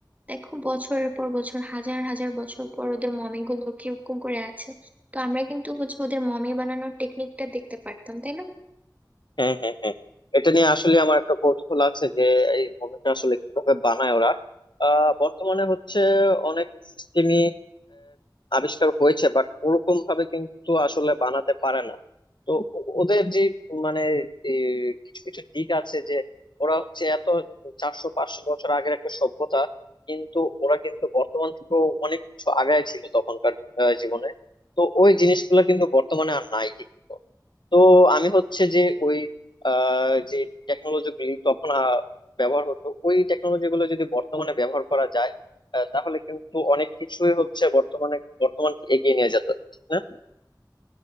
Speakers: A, on the right (about 20°); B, on the left (about 80°).
A: দেখো বছরের পর বছর হাজার হাজার বছর পর ওদের মমি গুলো কিরকম করে আছে তো আমরা কিন্তু হচ্ছে ওদের মমি বানানোর টেকনিকটা দেখতে পারতাম তাই না
B: হ্যাঁ হ্যাঁ হ্যাঁ এটা নিয়ে আসলে আমার একটা কৌতূহল আছে যে এই মুভিটা আসলে কিভাবে বানায় ওরা আহ, বর্তমানে হচ্ছে অনেক সিস্টেমই আবিষ্কার হয়েছে বাট ওরকম ভাবে কিন্তু আসলে বানাতে পারে না তো ও- ওদের যে মানে এই কিছু কিছু দিক আছে যে ওরা হচ্ছে এত চারশো পাঁচশো বছর আগের একটা সভ্যতা কিন্তু ওরা কিন্তু বর্তমান থেকেও অনেক কিছু আগায় ছিল তখনকার আহ, জীবনে তো ওই জিনিসগুলো কিন্তু বর্তমানে আর নাই ঠিক তো আমি হচ্ছে যে ওই আহ, যে টেকনোলজি গুলি তখন আহ, ব্যবহার হতো ওই টেকনোলজি গুলো যদি বর্তমানে ব্যবহার করা যায় আহ, তাহলে কিন্তু অনেক কিছুই হচ্ছে বর্তমানে বর্তমানকে এগিয়ে নিয়ে যেত না?